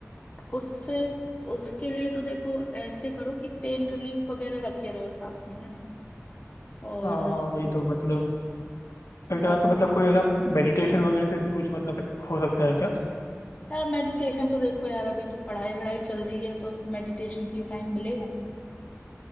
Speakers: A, on the left; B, on the left.
A: उससे उसके लिए तो देखो ऐसे करो कि पेन रिलीफ वगैरह रखे रहो साथ में है ना और
B: हाँ हाँ वही तो मतलब एक रात
A: और
B: तो मतलब कोई है ना मेडिटेशन वगैरह से भी कुछ मतलब हो सकता है क्या
A: यार मेडिटेशन तो देखो यार अभी तो पढ़ाई वढ़ाई चल रही है तो मेडिटेशन के लिए टाइम मिलेगा